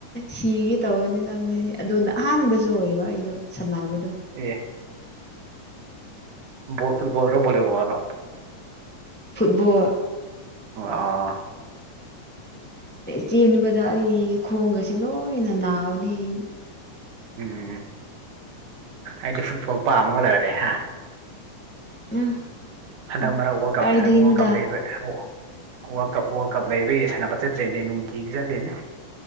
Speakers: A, in the centre; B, on the right.
A: ꯁꯤꯒꯤ ꯇꯧꯅꯤ ꯅꯪ ꯑꯗꯨꯅ ꯑꯍꯥꯟꯕꯁꯨ ꯑꯣꯏꯌꯦꯕ ꯑꯩꯗꯣ ꯁꯥꯟꯅꯕꯗ
B: ꯑꯦ ꯣꯁꯜ ꯣꯔꯅꯣꯕꯅꯣ
A: ꯐꯨꯠꯕꯣꯜ
B: ꯋꯥ
A: ꯆꯦꯟꯕꯗ ꯑꯩ ꯈꯣꯡꯒꯁꯦ ꯂꯣꯏꯅ ꯅꯥꯕꯅꯤ ꯑꯩ
B: ꯎꯝ ꯑꯩꯗꯤ ꯐꯨꯠꯕꯣꯜ ꯄꯥꯝꯃꯒ ꯂꯩꯔꯦ ꯍꯥ
A: ꯎꯝ
B: ꯍꯟꯗꯛ
A: ꯎꯝ
B: ꯃꯔꯛ ꯋꯥꯔꯜ ꯀꯞ
A: ꯀꯥꯏꯗꯒꯤꯅꯣꯗ
B: ꯏꯂ ꯋꯥꯔꯜ ꯀꯞ ꯂꯩꯕ ꯑꯣ ꯋꯥꯔꯜ ꯀꯞ ꯋꯥꯔꯜ ꯀꯞ ꯂꯩꯕ ꯌꯥ ꯁꯥꯟꯅꯕ ꯆꯠꯇ꯭ꯔꯦꯅꯦ ꯅꯨꯡꯇꯤꯒꯤ ꯆꯠꯂꯦꯅꯦ